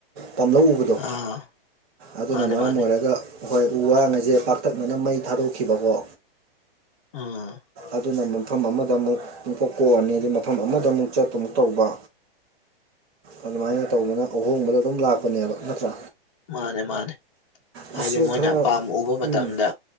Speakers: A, on the right (about 25°); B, on the left (about 30°).
A: ꯄꯥꯝꯂꯧ ꯎꯕꯗꯣ
B: ꯑꯥ
A: ꯑꯗꯨꯅ
B: ꯃꯥꯅꯦ
A: ꯃꯔꯝ
B: ꯃꯥꯅꯦ
A: ꯑꯣꯏꯔꯒ ꯍꯣꯏ ꯋꯥꯉꯁꯦ ꯄꯥꯛꯇꯛꯅꯅ ꯃꯩ ꯊꯥꯗꯣꯛꯈꯤꯕꯀꯣ
B: ꯑꯥ
A: ꯑꯗꯨꯅ ꯃꯐꯝ ꯑꯃꯗ ꯑꯃꯨꯛ ꯑꯗꯨꯀꯣꯛ ꯀꯣꯛꯑꯅꯤ ꯑꯩ ꯃꯐꯝ ꯑꯃꯗ ꯑꯃꯨꯛ ꯆꯠꯇꯨ ꯑꯃꯨꯛ ꯇꯧꯕ ꯑꯗꯨꯃꯥꯏꯅ ꯇꯧꯗꯅ ꯑꯍꯣꯡꯕꯗꯣ ꯑꯗꯨꯝ ꯂꯥꯛꯄꯅꯦꯕ ꯅꯠꯇ꯭ꯔꯥ
B: ꯃꯥꯅꯦ ꯃꯥꯅꯦ ꯍꯥꯏꯗꯤ
A: ꯃꯁꯤ
B: ꯃꯣꯏꯅ
A: ꯈꯔ
B: ꯑꯄꯥꯝ ꯎꯕ ꯃꯇꯝꯗ
A: ꯎꯝ